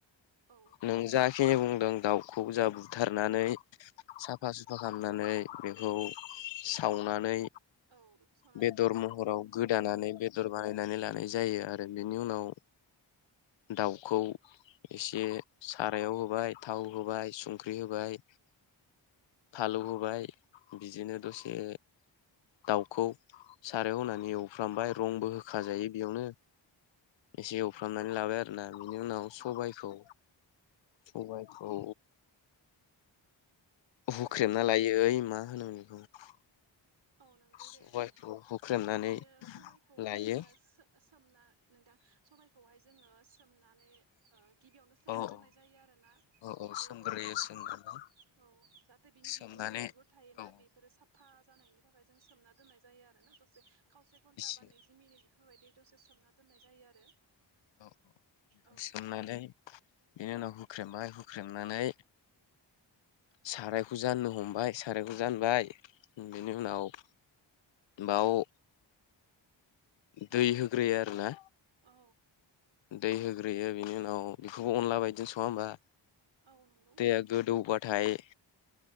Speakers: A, on the right (about 70°); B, on the left (about 70°).
A: औ
B: नों जा खिनि बुंदों दाउखौ जा बुथारनानै साफा सुफा खालामनानै बेखौ सावनानै
A: बेदर औ बेखौ साव
B: बेदर महराव गोदानानै बेदर बानायनानै लानाय जायो आरो। आरो बेनि उनाव दाउखौ एसे सारायाव होबाय थाव होबाय संख्रि होबाय फालौ होबाय बिदिनो दसे दाउखौ सारायाव होनानै एवफ्रामबाय रंबो होखा जायो बेयावनो एसे एवफ्रामनानै लाबाय आरो ना। बिनि उनाव सबायखौ
A: औ
B: सबायखौ हुख्रेमना
A: औ
B: लायो ओइ मा होनोमोन बेखौ
A: औ नोंगौ
B: सबायखौ
A: दे
B: हुख्रेमनानै
A: बिदिनो सबायखौहाय
B: लायो
A: जोङो सो-सो सोमना नोंथां सबायखौहाय जोङो सोमनानै ओ गिबियावनो सोमना
B: अ
A: दोननाय जायो आरोना
B: औ
A: बियो
B: औ सोमग्रोयो
A: दसे
B: सोमनानै
A: औ जाहाथे बिनि
B: सोमनानै
A: बिगुर बिगुर थायोना
B: औ
A: बेफोरो साफा जानायनि जों सोमना दोननाय जायो आरोना दसे खावसे घन्टा
B: एसे
A: बा नैजि मिनिट बेफोरबायदि दसे सोमना दोननाय जायो आरो।
B: औ
A: औ
B: सोमनायलाय बिनि उनाव हुख्रेमो आरो हुख्रेमनानै सारायखौ जाननो हमबाय सारायखौ जानबाय बिनि उनाव बाव दै होग्रोयो आरो ना।
A: औ।
B: दै होग्रोयो बिनि उनाव बेखौबो अनला बायदिजों संआ होमबा?
A: औ नंगौ
B: दैआ गोदौबाद थाय